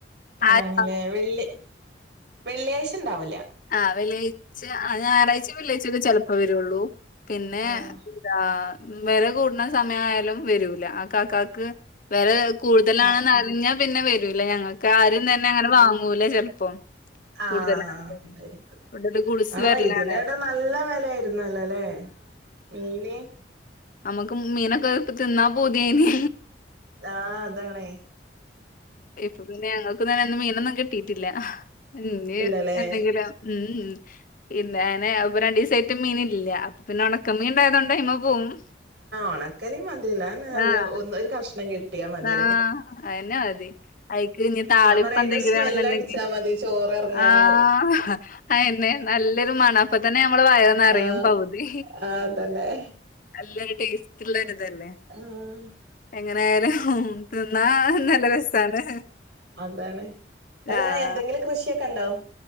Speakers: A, on the left (about 50°); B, on the right (about 75°).
A: ആ
B: ആണല്ലേ വെള്ളി വെള്ളിയാഴ്ച ഉണ്ടാവൂല
A: ആവെള്ളിയാഴ്ച ആ ഞായറാഴ്ച വെള്ളിയാഴ്ക്കെ ചെലപ്പോ വരുള്ളൂ പിന്നെ
B: ആഹ്
A: ആവെല കൂടണ സമയയാലും വരൂല ആ കാക്കക്ക് വലെ കൂടുതലാണെന്ന്
B: ആഹ്
A: അറിഞ്ഞാൽ പിന്നെ വരൂല്ല ഞങ്ങൾക്ക് ആരും തന്നെ അങ്ങനെ വാങ്ങൂല ചെലപ്പം
B: ആ
A: കൂടുതലാണ്
B: രിക്കും
A: ഇവിടെ ഒരു ഗുഡ്സ്
B: ആഹ്
A: വരലാണ്.
B: ഇതിനന്നാ നല്ല വിലായിരുന്നല്ലേ മീനിന്
A: നമ്മക്ക് മീനൊക്കെ ഇപ്പൊ തിന്നാ പൂതിയായീന്
B: ആഹ് അതാണേ
A: ഇപ്പൊ പിന്നെ ഞങ്ങ ഇത്ര നേരവും മീനൊന്നും കിട്ടീട്ടില്ല ഇ
B: ഇല്ലല്ലേ
A: എന്തെങ്കിലും മ്മ് ഇല്ല അനെ വിടെ രണ്ടീസായിട്ട് മീനില്ല അപ്പൊ പിന്നെഉണക്ക മീൻണ്ടായതുകൊണ്ട അയിമ്മേ പോവും <inaudible>
B: ഒണക്കലീൻ മതിയല്ലോ അയെന്നേണല്ലോ
A: ആഹ്
B: ഒന്ന് ഒര് കഷണം കിട്ടിയാൽ മതിയല്ലോ
A: ആഹ്
B: ഇന്ക്ക്
A: അയന്നെ മതി അയിക്ക് ഇനി താളിപ്പ്
B: ഞാൻ പറയാ അയിന്റെ
A: എന്തെങ്കിലും
B: സ്മെൽ
A: ആണെന്നുണ്ടെങ്കി
B: അടിച്ചാ മതി ചോറ് ങ്ങാനറി
A: ആഹ് അയന്നെ നല്ലൊരു മണം അപ്പ തന്നെ നമ്മളെ വയറ് നെറയും
B: ആഹ്
A: പകുതി
B: ആ അതന്നെ
A: നല്ലൊരു ടേസ്റ്റ് ഉള്ളരിതല്ലേ
B: ഉഹാ
A: ങ്ങനൊയാലും തിന്നാ നല്ല രസാണ്
B: അതാണ് അല്ല
A: ആഹ്
B: എന്തെങ്കിലും കൃഷിയൊക്കെ ഉണ്ടാവോ